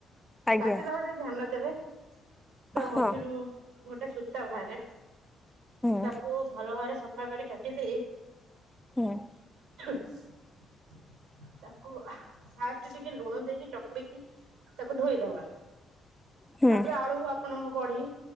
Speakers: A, in the centre; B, on the right (about 75°).
A: ଆଜ୍ଞା
B: କାଟିଲା ବଳଳେ ଟିକେ ଧ୍ୟାନ ଦେବେ ତା ମଝିରୁ-
A: ହଁ
B: ଗୋଟେ ସୂତା ବାହାରେ।
A: ହୁଁ
B: ତାକୁ ଭଲ ଭାବରେ ସ ଭାବରେ କାଟି ଦେଇ।
A: ହୁଁ।
B: <inaudible> ତାକୁ ଫାଷ୍ଟ ଟିକେ ଲୁଣ ଦେଇକି ଚକୁଡ଼ି କି ତାକୁ ଧୋଇଦବା।
A: ହୁଁ
B: ତାପରେ ଆଳୁ ଆପଣଙ୍କ ବଢି଼।